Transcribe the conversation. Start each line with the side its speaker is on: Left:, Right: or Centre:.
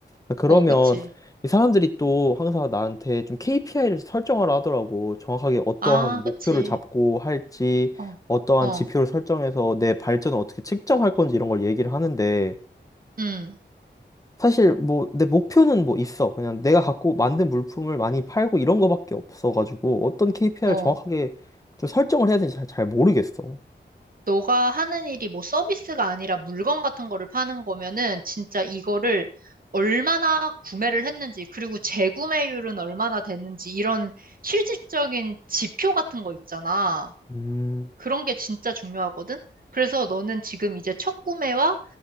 Left: 아, 그러면
Right: 어, 그치.
Left: 이 사람들이 또 항상 나한테 좀 KPI를 설정하라 하더라고. 정확하게 어떠한
Right: 아,
Left: 목표를
Right: 그치.
Left: 잡고 할지,
Right: 어,
Left: 어떠한
Right: 어,
Left: 지표를 설정해서 내 발전을 어떻게 측정할 건지 이런 걸 얘기를 하는데
Right: 응,
Left: 사실 뭐 내 목표는 뭐 있어. 그냥 내가 갖고 만든 물품을 많이 팔고 이런 거밖에 없어가지고 어떤 KPI를
Right: 어.
Left: 정확하게 좀 설정을 해야 되는지 잘, 잘 모르겠어.
Right: 너가 하는 일이 뭐 서비스가 아니라 물건 같은 거를 파는 거면은 진짜 이거를 얼마나 구매를 했는지, 그리고 재구매율은 얼마나 됐는지, 이런 실질적인 지표 같은 거 있잖아.
Left: 음,
Right: 그런 게 진짜 중요하거든? 그래서 너는 지금 이제 첫 구매와